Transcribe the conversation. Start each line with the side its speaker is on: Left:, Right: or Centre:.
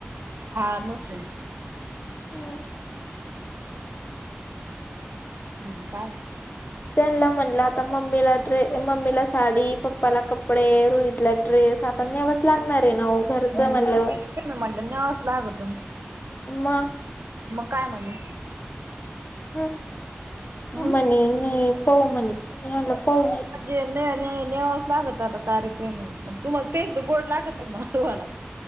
Right: हा मशीन
Left: हम्म.
Right: मग काय
Left: त्यांनला म्हणलं आता मम्मीला ड्रे मम्मीला साडी पप्पाला कपडे रोहितला ड्रेस आता न्यावाच लागणार आहे ना ओ. घरचं
Right: हम्म
Left: हाय म्हनल्यावर,,
Right: मी म्हणलं न्यावच लागतं
Left: मग
Right: मग काय म्हणे?
Left: हम्म,
Right: हम्म
Left: मणे नै पाऊ मणे,, मी मनलं पाऊ नाही.
Right: म्हजे न नेवास लागत आता कार्यक्रम म्ह, तुम्हाला तेंच गोड लागतं म्हणा तुम्हाला-